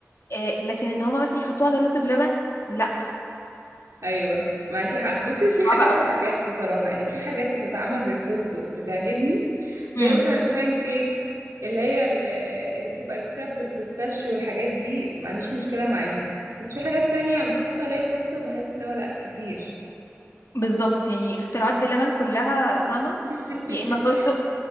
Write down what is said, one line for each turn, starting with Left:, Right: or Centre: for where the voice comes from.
Left: آه لكن ان هما مثلا يحطوه على رز بلبن لا
Right: ايوه معاكي حق بصي في حاجات
Left: صعب قوي
Right: وحاجات بصراحه يعني في حاجات بتتعمل بالفستق بتعجبني زي
Left: امم
Right: مثلا البان كيكس اللي هي ال- اللي بتبقى الكراب بالبيستاشيو والحاجات دي ما عنديش مشكله معاها بس في حاجات تانية بتحط عليها فستق بحس اللي هو لا كتير
Left: بالظبط يعني اختراعات بلبن كلها فاهمه
Right: <laughs>
Left: يا اما فستق